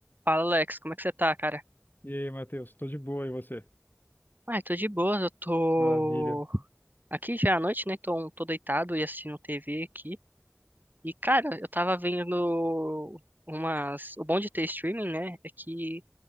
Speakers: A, on the right; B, on the left.
A: Fala, Alex, como é que você tá, cara?
B: E aí, Matheus, tô de boa, e você?
A: Ah, eu tô de boa, eu tô
B: Maravilha,
A: aqui já à noite, né? Tô, um, tô deitado e assistindo TV aqui. E, cara, eu tava vendo umas. O bom de ter streaming, né? É que